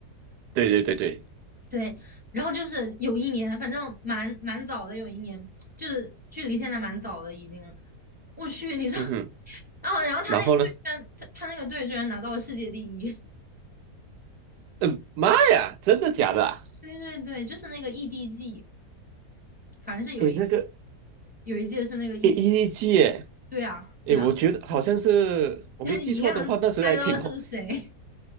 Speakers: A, on the right; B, in the centre.
A: 对对对对，
B: 对，然后就是有一年，反正蛮蛮早的，有一年就是距离现在蛮早的已经。我去，你知道，
A: 嗯哼，
B: <laughs> 然后然后他那个队居然他他那个队居然拿到了世界第一。
A: 然后呢？
B: <laughs>
A: 嗯，妈呀，真的假的啊？
B: 对对对，就是那个 EDG，反正是有一届
A: 哎，那个
B: 有一届是那个 ED。
A: A E G，哎，
B: 对啊，对啊，
A: 诶我觉得好像是我没记错的话，
B: <laughs> 那你应该能猜到是谁。
A: 那时候还挺红